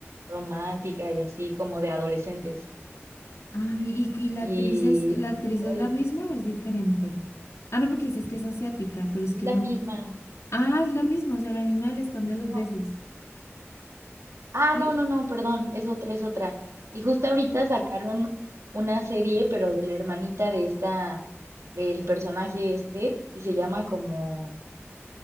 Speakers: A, on the right; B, on the left.
A: romántica y así como de adolescentes.
B: Ay, ¿y, y la
A: Y
B: actriz es, la actriz
A: hoy
B: es la misma o es diferente? Ah, no, porque dices que es asiática, pero es
A: es
B: que
A: la
B: no.
A: misma.
B: Ah, es la misma, o sea, la misma del stand de los besos.
A: no, Ah,
B: ¿Sí?
A: no, no, no, perdón, es otra, es otra. Y justo ahorita sacaron una serie, pero de la hermanita de esta, del personaje este, y se llama como,